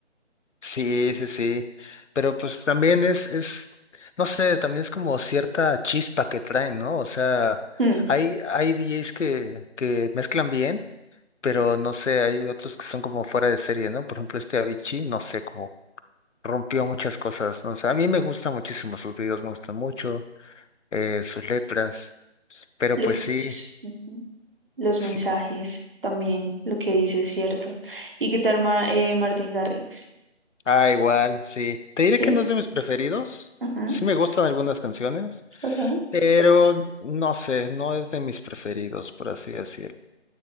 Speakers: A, on the left; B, on the right.
A: Sí, sí, sí. Pero pues también es, es, no sé, también es como cierta chispa que traen, ¿no? O sea,
B: Mm,
A: hay, hay DJs que, que mezclan bien, pero no sé, hay otros que son como fuera de serie, ¿no? Por ejemplo, este Avicii, no sé, como rompió muchas cosas, ¿no? O sea, a mí me gustan muchísimo sus videos, me gustan mucho, eh, sus letras, pero
B: lo
A: pues
B: que
A: sí,
B: dices, ujú. Los
A: sí.
B: mensajes también, lo que dices, ¿cierto? ¿Y qué tal Ma- eh, Martin Garrix?
A: Ah, igual, sí. Te diré
B: ¿Sí?
A: que no es de mis preferidos.
B: Ajá,
A: Sí me gustan algunas canciones.
B: ok.
A: Pero no sé, no es de mis preferidos, por así decirlo.